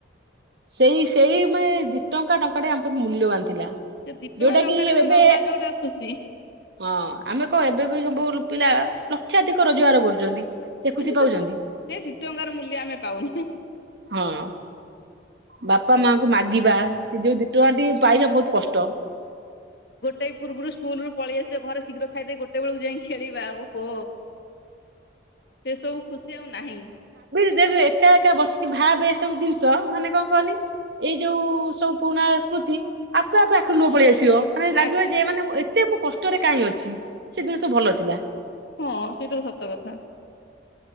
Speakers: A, on the right; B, on the left.
A: ସେଇ ସେଇ ମାନେ ଦି ଟଙ୍କା ଟଙ୍କା ଟେ ଆମପାଇଁ ମୂଲ୍ୟବାନ ଥିଲା
B: ସେ ଦି ଟଙ୍କା
A: ଯେଉଁଟାକି
B: ଟଙ୍କା ଟା ଯୋଉ
A: ଏବେ
B: ନବା ଯୋଉଟା ଖୁସି
A: ହଁ ଆମେ କଣ ଏବେ ବି ବହୁତ ଭଲ ପିଲା ଲକ୍ଷାଧିକ ରୋଜଗାର କରୁଛନ୍ତି। ଖୁସି
B: କିନ୍ତୁ
A: ପାଉଛନ୍ତି
B: ସେ ସେ ଦୁଇ ଟଙ୍କାର ମୂଲ୍ୟ ଆମେ ପାଉନେ।
A: ହଁଅ। ବାପା ମାଙ୍କୁ ମାଗିବା ସେ ଯେଉଁ ଦି ଟଙ୍କାଟି ପାଇବା ବହୁତ କଷ୍ଟ।
B: ଗୋଟେଇ ପୂର୍ବରୁ ସ୍କୁଲରୁୁ ପଳେଇଆସିବା ଘରେ ଶୀଘ୍ର ଖାଇଦେଇ ଗୋଟେ ବେଳକୁ ଯାଇଁ ଖେଳିବୁ ତାଉ ଓହୋ ସେ ସବୁ ଖୁସି ଆଉ ନାହିଁ।
A: ସେ ଯଉଁ ଏକା ଏକା ବସିକି ଭାବେ ଏଇସବୁ ଜିନିଷ ମାନେ କଣ କହନି ଏଇ ଯୋଉ ସବୁ ପୁରୁଣା ସ୍ମୃତି ଆପେ ଆପେ ଆଖିରୁ ଲୁହ ପଳେଇଆସଛି। ଝିଅ ମାନେ ଲାଗିବ
B: ଆଖେ
A: ଯେ ମାନେ ଏତେ ମୁଁ କଷ୍ଟରେ କାହିଁ ଅଛି ସେ ଦିନ ସବୁ ଭଲ ଥିଲା।
B: ହଁ ସେଇଟା ସତ କଥା।